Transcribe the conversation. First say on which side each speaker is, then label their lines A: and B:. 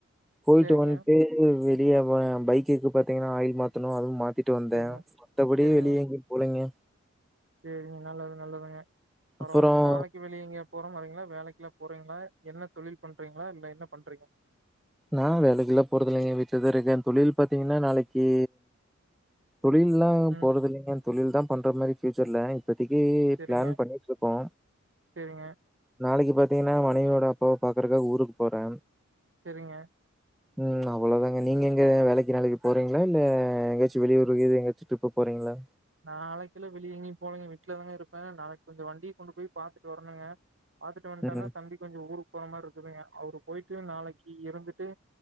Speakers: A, in the centre; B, on the right (about 45°).
A: போய்ட்டு
B: சேரிங்க
A: வன்ட்டு வெ ளியவே பைக்குக்கு பாத்தீங்னா ஆயில் மாத்தணு அது மாத் திட்டு வந்தே
B: சேரிங்க
A: மத்தபடி
B: சேரிங்க
A: வெளிய எங்கயு போலைங்க
B: சேரிங்க நல்லது நல்லதுங்க பரவாலைங்க
A: அப்புறம்
B: நாளைக்கு வெளிய எங்கயு போறமாரிங்ளா வேலைக்லா போறீங்ளா என்ன தொழில் பண்றீங்ளா இல்ல என்ன பண்றீங்க
A: நா வேலைக்குலா போறதில்லைங்க வீட்லதா இருக்க தொழில் பாத்தீங்னா நாளைக்கி தொழில்லா
B: ம்
A: போறதில்லைங்க தொழில் தா பண்ற மாரி ஃப்யூச்சர்ல இப்பதக்கி
B: சேரிங்க
A: ப்ளான் பண்ணிட்ருக்கோ
B: சேரிங்க
A: நாளைக்கு பாத்தீங்னா மனைவியோட அப்பாவ பாக்குறக்கா ஊருக்கு போரே
B: செரிங்க
A: உம் அவளோதாங்க நீங்க எங்க வேலைக்கு நாளைக்கு போறீங்ளா இல்ல எங்கயாச்சு வெளியூருகீரு எங்காச்சு ட்ரிப்பு போறீங்ளா
B: நாளைக்குலா வெளிய எங்கயு போலைங்க விட்லதாங்க இருப்பே நாளைக்கு கொஞ்ச வண்டிய கொண்டு போய் பாத்துட்டு வர்ணுங்க பாத்துட்டு வந்ட்டாங்னா
A: ம்.
B: தம்பிக் கொஞ்சோ ஊருக்கு போற மாரி இருக்குதுங்க அவருக் போயிட்டு நாளக்கி இருந்துட்டு